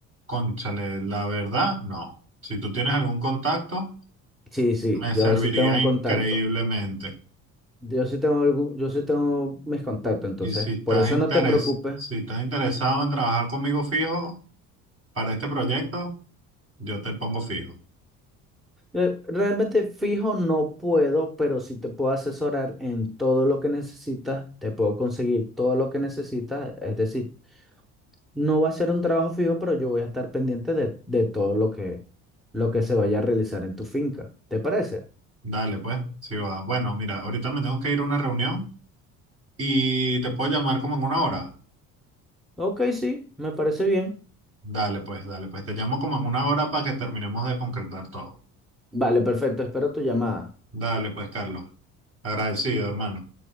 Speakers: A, on the right; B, in the centre.
A: Cónchale, la verdad, no. Si tú tienes algún contacto,
B: Sí, sí,
A: me
B: yo
A: serviría
B: sí tengo un
A: increíblemente.
B: contacto. Yo sí tengo algún- yo sí tengo mis contactos, entonces,
A: Y si estás
B: por eso
A: interes,
B: no te preocupes.
A: si estás interesado en trabajar conmigo fijo para este proyecto, yo te pongo fijo.
B: Eh, Realmente fijo no puedo, pero sí te puedo asesorar en todo lo que necesitas, te puedo conseguir todo lo que necesitas, es decir, no va a ser un trabajo fijo, pero yo voy a estar pendiente de, de todo lo que, lo que se vaya a realizar en tu finca. ¿Te parece?
A: Dale, pues. Sí, va. Bueno, mira, ahorita me tengo que ir a una reunión y te puedo llamar como en una hora.
B: Ok, sí, me parece bien.
A: Dale, pues, dale, pues. Te llamo como en una hora para que terminemos de concretar todo.
B: Vale, perfecto, espero tu llamada.
A: Dale, pues, Carlos. Agradecido, hermano.